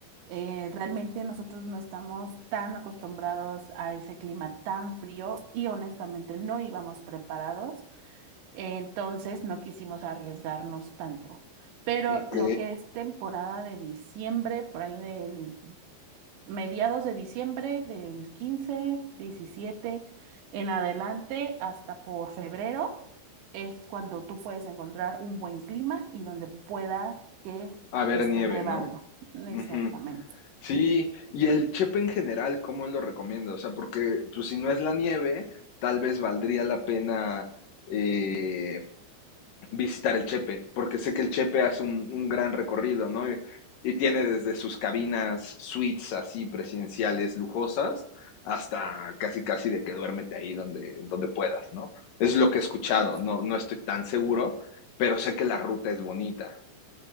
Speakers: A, on the right; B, on the left.
A: eh, realmente nosotros no estamos tan acostumbrados a ese clima tan frío y honestamente no íbamos preparados. Entonces no quisimos arriesgarnos tanto. Pero
B: Ok.
A: lo que es temporada de diciembre, por ahí del mediados de diciembre, del 15, 17, en adelante, hasta por febrero, es cuando tú puedes encontrar un buen clima y donde pueda que
B: A ver,
A: esté
B: nieve,
A: nevando.
B: ¿no?
A: Exactamente.
B: Ujú. Sí, y el chepe en general, ¿cómo lo recomiendo? O sea, porque pues si no es la nieve, tal vez valdría la pena eh, visitar el Chepe, porque sé que el Chepe hace un, un gran recorrido, ¿no? Y, y tiene desde sus cabinas suites así presidenciales lujosas hasta casi casi de que duérmete ahí donde, donde puedas, ¿no? Es lo que he escuchado,
A: <laughs>
B: no, no estoy tan seguro, pero sé que la ruta es bonita.